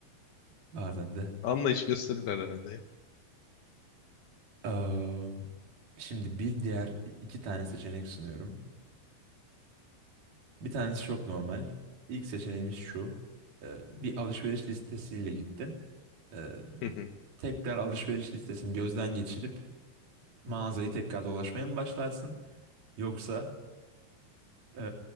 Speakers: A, on the right; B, on the left.
A: bazen de.
B: Anlayış gösterirler herhalde ya.
A: Eee, şimdi bir diğer iki tane seçenek sunuyorum. Bir tanesi çok normal. İlk seçeneğimiz şu. E, bir alışveriş listesiyle gittin. E,
B: Hı hı.
A: tekrar alışveriş listesini gözden geçirip mağazayı tekrar dolaşmaya mı başlarsın? Yoksa e,